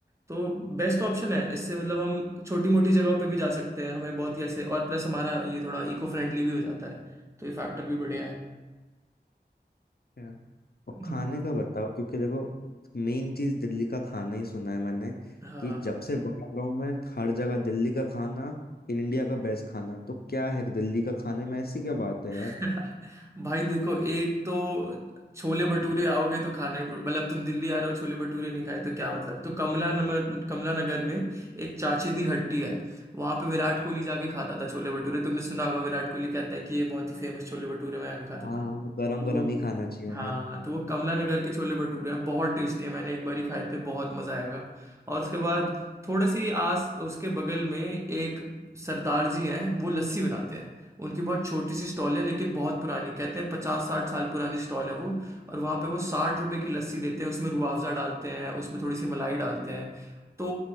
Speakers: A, on the right; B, on the left.
A: तो बेस्ट ऑप्शन है इससे मतलब हम छोटी मोटी जगह पे भी जा सकते हैं हमें बहुत ही ऐसे और प्लस हमारा ये थोड़ा इको फ्रेंडली भी हो जाता है तो ये फैक्टर भी बढ़िया है
B: है। और
A: हम्म,
B: खाने का बताओ क्योंकि देखो मेन चीज दिल्ली का खाना ही सुना है मैंने
A: हाँ
B: कि जब से बड़ा रहा हूं मैं हर जगह दिल्ली का खाना इंडिया का बेस्ट खाना तो क्या है दिल्ली का खाने में ऐसी क्या बात है यार
A: <laughs> भाई देखो एक तो छोले भटूरे आओगे तो खाना ही मतलब तुम दिल्ली आ रहे हो छोले भटूरे नहीं खाए तो क्या मतलब तो कमला नगर कमला नगर में एक चाचे दी हट्टी है वहां पे विराट कोहली जाके खाता था छोले भटूरे तुमने सुना होगा विराट कोहली कहता है कि ये बहुत ही फेमस छोले भटूरे में आके खाता
B: हाँ
A: था
B: गरम
A: तो
B: गरम
A: वो
B: ही खाना चाहिए
A: हाँ
B: उन्हें
A: तो वो कमला नगर के छोले भटूरे हैं बहुत टेस्टी है मैंने एक बार ही खाए थे बहुत मजा आएगा और उसके बाद थोड़े से ही आस उसके बगल में एक सरदार जी हैं वो लस्सी बनाते हैं उनकी बहुत छोटी सी स्टॉल है लेकिन बहुत पुरानी कहते हैं पचास साठ साल पुरानी स्टॉल है वो और वहाँ पे वो साठ रुपए की लस्सी देते हैं उसमें रूह अफ़ज़ा डालते हैं उसमें थोड़ी सी मलाई डालते हैं तो